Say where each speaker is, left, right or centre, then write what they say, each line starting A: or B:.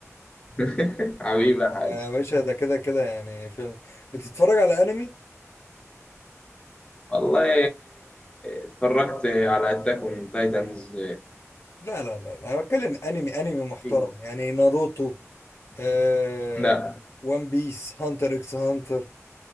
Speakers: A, on the left; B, on the left.
A: <laughs> حبيبي يا حاج
B: يا باشا ده كده كده يعني فيلم بتتفرج على انمي
A: والله اتفرجت على اتاك اون تايتنز
B: لا لا لا لا، انا بتكلم انمي انمي محترم
A: ايوه
B: يعني ناروتو آه...
A: لا
B: وان بيس هانتر اكس هانتر